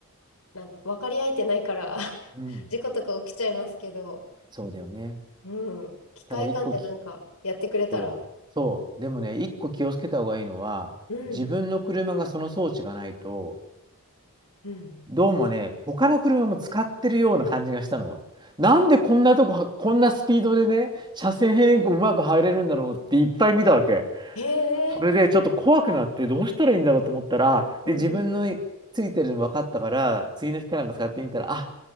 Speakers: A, on the left; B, on the right.
A: なんて、分かり合えてないから <laughs>
B: うん、
A: 事故とか起きちゃいますけど、
B: そうだよね。
A: うん、機械間でなんかやってくれたら、
B: ただ一個聞そう、そう。でもね、一個気をつけた方がいいのは、
A: うん、
B: 自分の車がその装置がないと、
A: うん。
B: どうもね、他の車も使ってるような感じがしたのよ。なんでこんなとこは、
A: あ
B: こんなスピードでね、車線変更うまく入れるんだろうっていっぱい見たわけ。
A: へえ、
B: それでちょっと怖くなって、どうしたらいいんだろうと思ったら、
A: うんうん。
B: で、自分のついてるの分かったから、次の日かなんか使ってみたら、あ、